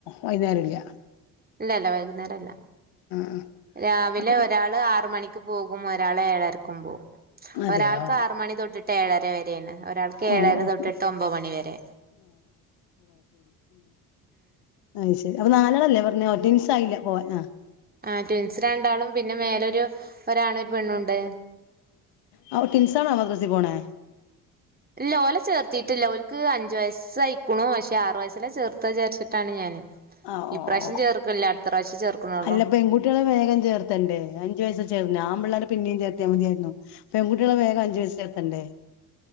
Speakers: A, on the left; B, on the right.
A: വൈകുന്നേരല്ല
B: ഇല്ല ഇല്ല വൈകുന്നേരല്ല
A: ആഹ്
B: രാവിലെ
A: അപ്പൊ
B: ഒരാള് ആറ് മണിക്ക് പോകും ഒരാൾ ഏഴരക്കും പോകും
A: അതെയോ
B: ഒരാൾക്ക് ആറ് മണി തൊട്ടിട്ട് ഏഴര വരെ ണ് ഒരാൾക്ക് ഏഴര
A: ഓഹ് ഓഹ്
B: തൊട്ടെട്ട് ഒമ്പത് മണിവരെ
A: അത് ശരി അപ്പൊ നാലാളല്ലേ പറഞ്ഞെ റ്റിൻസ ആയില്ല പോവാൻ ആ
B: ആ ട്വിൻസ് രണ്ടാളും പിന്നെ മേലെ ഒരു ഒരാണൊരു പെണ്ണുണ്ട്.
A: ആ ഓ ട്വിൻസാണോ മദ്രസി പോണേ
B: ല്ല ഓലെ ചേർത്തിട്ട് ല്ല ഓല് ക്ക് അഞ്ചു വയസ്സായിക്കണു പക്ഷെ ആറു വയസ്സിൽ ചേർത്ത വിചാരിച്ചിട്ടാണ് ഞാന്.
A: ആ ഓ
B: ഈപ്രാവശ്യം
A: ഓ
B: ചേർക്ക്ണില്ല അടുത്ത പ്രാവശ്യം. ചേർക്കണുള്ളൂ
A: അല്ല പെൺകുട്ടികളെ വേഗം ചേർത്തണ്ടേ അഞ്ചു വയസ ചേർന്ന ആണ് പിള്ളേരെ പിന്നെയും ചേർത്തിയാൽ മതിയായിരുന്നു പെൺകുട്ടികളെ വേഗം അഞ്ചു വയസിൽ ചേർത്തണ്ടേ?